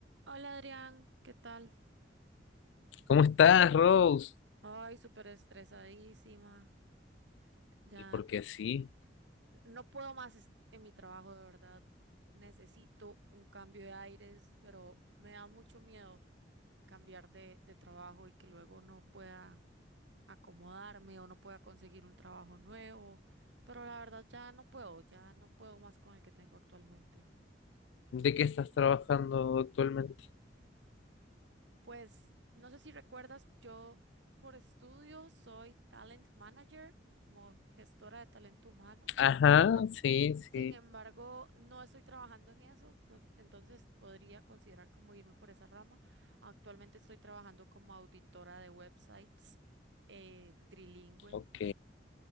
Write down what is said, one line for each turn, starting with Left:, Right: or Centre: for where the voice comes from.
Right: Hola Adrián, ¿qué tal?
Left: ¿Cómo estás, Rose?
Right: Ay, súper estresadísima. Ya
Left: ¿Y por qué así?
Right: no puedo más est- en mi trabajo, de verdad. Necesito un cambio de aires, pero me da mucho miedo cambiar de, de trabajo y que luego no pueda acomodarme o no pueda conseguir un trabajo nuevo. Pero la verdad ya no puedo, ya no puedo más con el que tengo actualmente.
Left: ¿De qué estás trabajando actualmente?
Right: Pues no sé si recuerdas, yo por estudio soy talent manager, como gestora de talento humano.
Left: Ajá, sí, sí.
Right: Sin embargo, no estoy trabajando en eso, pues, entonces podría considerar como irme por esa rama. Actualmente estoy trabajando como auditora de websites eh, trilingüe,
Left: Ok.